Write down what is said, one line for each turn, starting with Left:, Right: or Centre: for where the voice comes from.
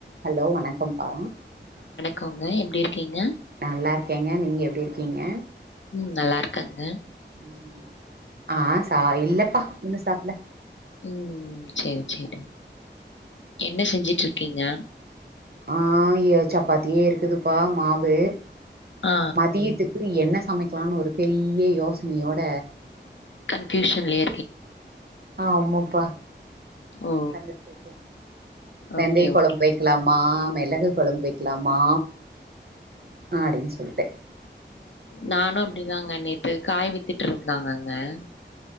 Right: Hello வணக்கம்ப்பா
Left: க்கோங்க எப்டி இருக்கீங்க
Right: நல்லாருக்கேங்க நீங்க எப்டி இருக்கீங்க
Left: ம் நல்லாருக்கங்க
Right: ம் ஆ சா இல்லப்பா இன்னு சாப்பல
Left: ம் சேரி சேரி என்ன செஞ்சுட்ருக்கீங்க
Right: ஆ ய சப்பாத்தியே இருக்குதுப்பா மாவு
Left: ஆ, ஆ.
Right: மதியத்துக்கு என்ன சமைக்கலாம்னு ஒரு பெரிய யோசனையோட
Left: கன்ஃபியூஷன்லே
Right: ஆமாப்பா
Left: ஓ!
Right: உக்காந்துட்ருக்கே வெந்தய
Left: ஓகே,
Right: கொழம்பு
Left: ஓகே.
Right: வைக்கலாமா மெளகு கொழம்பு வைக்கலாமா அ அப்டின்னு சொல்ட்டு
Left: நானு அப்டிதாங்க நேத்து காய் வித்துட்ருந்தாங்க அ